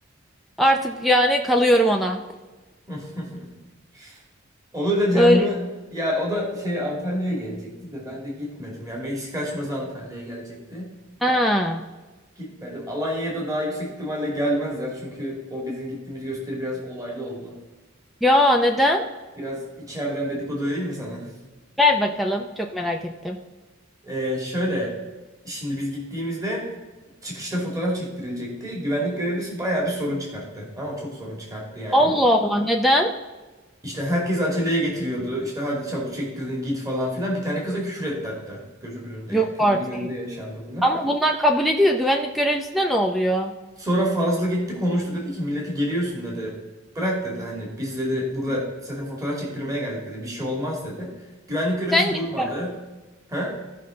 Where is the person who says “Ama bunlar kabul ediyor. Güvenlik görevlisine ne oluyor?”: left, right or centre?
Centre